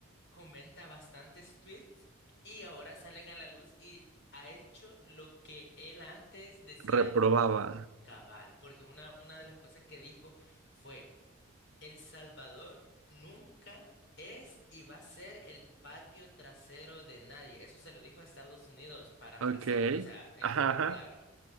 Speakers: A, on the left; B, on the right.
A: comenta bastantes tweets y ahora salen a la luz y ha hecho lo que él antes decía
B: reprobaba.
A: cabal, porque una, una de las cosas que dijo fue... El Salvador nunca es y va a ser el patio trasero de nadie. Eso se lo dijo a Estados Unidos, parafraseando,
B: Ok,
A: o sea, en
B: ajá,
A: pocas
B: ajá.
A: palabras.